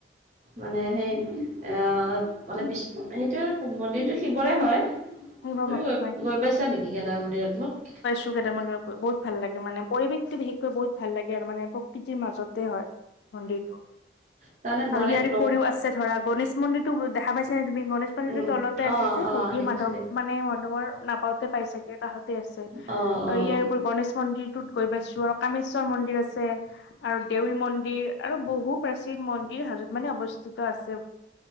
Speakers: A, on the right; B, on the left.
A: মানে সেই এ আ মানে বিছ সেইটো আৰু মন্দিৰটো শিৱৰে হয়
B: শিৱ
A: তুমি
B: ভক্তই
A: গৈ গৈ পাইছা নেকি কেদাৰ মন্দিৰত মোক
B: তো কেদাৰ মন্দিৰত গৈ বহুত ভাল লাগে মানে পৰিৱেশটো বিশেষকৈ বহুত ভাল লাগে আৰু মানে পহ কৃতিৰ মাজতে হয় মন্দিৰটো
A: তাৰমানে
B: আৰু
A: মানে
B: ইয়াৰে
A: লগ
B: উপৰিও আছে ধৰা গণেশ মন্দিৰটো দেখা পাইছা নে তুমি গণেশ সেইটোৰ
A: উম
B: তলতে আছে
A: অ
B: যে
A: অ
B: হয়গ্ৰীৱ
A: দেখিছো
B: মাধৱ
A: দেখিছো
B: মানে মাধৱৰ নাপাওঁতে পাইছাগ গে কাষতে আছে
A: অ অ
B: আৰু ইয়াৰ উপৰি গনেশ মন্দিৰ টোত গৈ পাইছো আৰু কামেশ্বৰ মন্দিৰ আছে আৰু দেউল মন্দিৰ আৰু বহু প্ৰাচীন মন দিৰ হাজোত মানে অৱস্থিত আছে